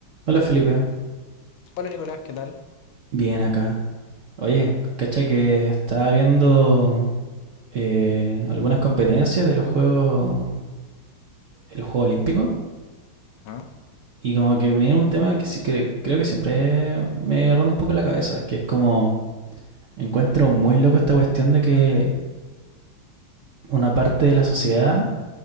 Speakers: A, on the right (about 55°); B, on the left (about 75°).
A: Hola Felipe,
B: Hola Nicolás, ¿qué tal?
A: bien acá. Oye, cacha que estaba viendo eh, algunas competencias de los juegos, de los Juegos Olímpicos
B: Ajá,
A: y como que me viene un tema que sí que creo que siempre me ronda un poco la cabeza, que es como encuentro muy loco esta cuestión de que una parte de la sociedad,